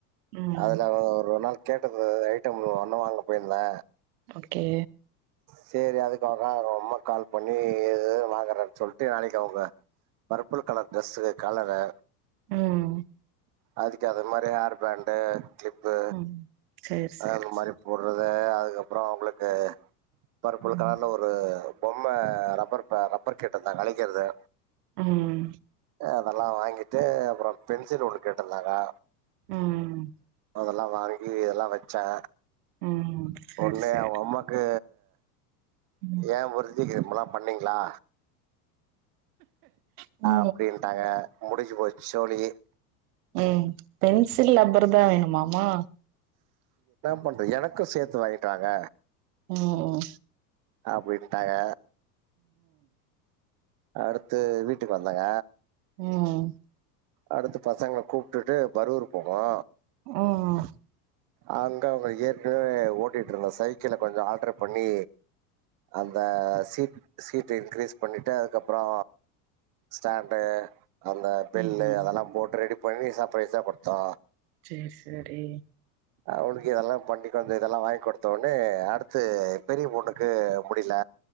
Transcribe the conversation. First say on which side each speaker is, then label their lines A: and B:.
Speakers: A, on the right (about 70°); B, on the right (about 40°).
A: ம்
B: அதுல ஒரு நாள் கேட்டது ரைட் ஐட்டம் ஒன்ன வாங்க போயிருந்தே
A: ஓகே
B: சேரி அதுக்காக அவங்கம்மா கால் பண்ணி <unintelligible> வாங்குறேன் சொல்ட்டு நாளைக்கு அவங்க பர்பிள் கலர் ட்ரெஸுக கலர
A: உம்
B: அதுக்கு அது மாரி ஹேர் பேண்டு கிள்ப்பு
A: ம் சேரி சேரி
B: அந்த மாரி
A: சேரி
B: போடுறத அதுக்கப்புறோ அவங்களுக்கு பர்புல்
A: ம்
B: கலர்ல ஒரு பொம்ம ரப்பர் பே ரப்பர் கேட்டுருந்தா அழிக்கறது
A: உம்
B: அதெல்லா வாங்கிட்டு அப்புறோ பென் சில் ஒன்னு கேட்ருந்தாங்கா
A: உம்
B: அதெல்லா வாங்கி எல்லா வச்சே
A: ம் சேரி
B: ஒட்னே
A: சேரி
B: அவங்க அம்மாக்கு
A: ம்
B: ஆ ஏ ஒரு இது கேம் எல்லா பண்ணீங்களா
A: ஓ
B: அப்படின்ட்டாங்க முடிஞ்சு போச்சு சோலி
A: உஹம் பென்சில் லப்பர் தா வேணுமா மா
B: பண்ற எனக்கு சேத்து வாங்கிட்டு வாங்க
A: உம்
B: அப்டின்ட்டாங்க அடுத்து வீட்டுக்கு வந்தங்க
A: உஹம்
B: அடுத்து பசங்கள கூப்டுட்டு பரூர் போனோ
A: ம் ம்
B: அங்க அவுங்க ஏற்கனவே ஓட்டிட்டு இருந்தா சைக்கிள கொஞ்சோ ஆல்டர் பண்ணி அந்த சீட் சீட் இன்கிரீஸ் பண்ணிட்டு அதுக்கப்புறோ ஸ்டாண்டு அந்த பெல்லு
A: ம்
B: அதெல்லா போட்டு ரெடி பண்ணி சப்ரைஸ் சா குடுத்தோ
A: சேரி சேரி
B: அவனுக்கு இதெல்லா பண்ணி கொஞ்சோ இதெல்லா வாங்கி குடுத்தவெட்னே அடுத்து பெரிய பொண்ணுக்கு புடிக்ல